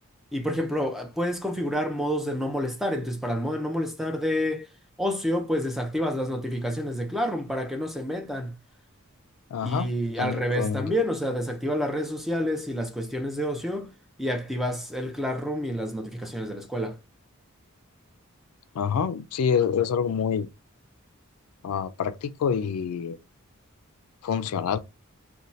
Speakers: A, in the centre; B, on the left (about 85°).
A: y, por ejemplo, ah, puedes configurar modos de no molestar. Entonces, para el modo de no molestar de ocio, pues desactivas las notificaciones de Classroom para que no se metan.
B: Ajá,
A: Y
B: también
A: al revés
B: prudente.
A: también, o sea, desactivas las redes sociales y las cuestiones de ocio y activas el Classroom y las notificaciones de la escuela.
B: Ajá, sí, es es algo muy ah, práctico y funcional.